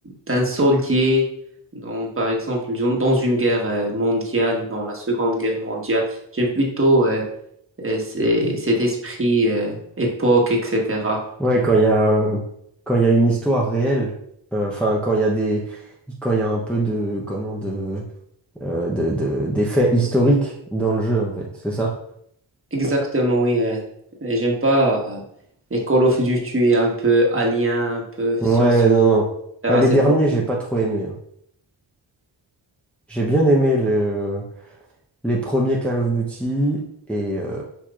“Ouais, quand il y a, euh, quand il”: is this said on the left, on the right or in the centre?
Centre